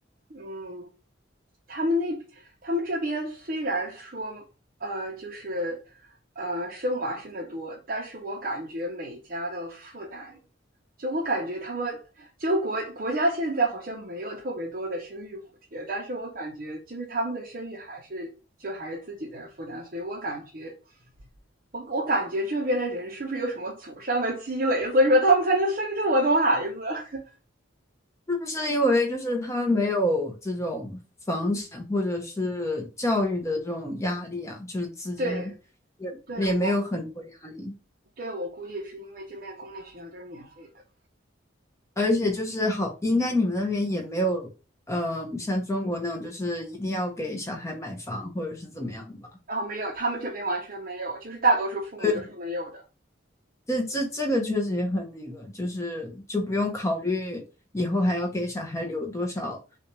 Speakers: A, on the right (about 50°); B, on the left (about 15°).
A: 嗯，他们那他们这边虽然说，呃，就是呃生娃生的多，但是我感觉每家的负担，就我感觉他们就国国家现在好像没有特别多的生育补贴，但是我感觉就是他们的生育还是就还是自己在负担，所以我感觉我我感觉这边的人是不是有什么祖上的积累，所以说他们才能生这么多孩子？<laughs>
B: 是不是因为就是他们没有这种房产或者是教育的这种压力啊？就是资金也也没有很多压力，
A: 对，对我对我估计是因为这边公立学校都是免费的，
B: 而且就是好，应该你们那边也没有，呃，像中国那种就是一定要给小孩买房或者是怎么样的吧？
A: 然后没有，他们这边完全没有，就是大多数父母都是没有的。
B: 对，这这这个确实也很那个，就是就不用考虑以后还要给小孩留多少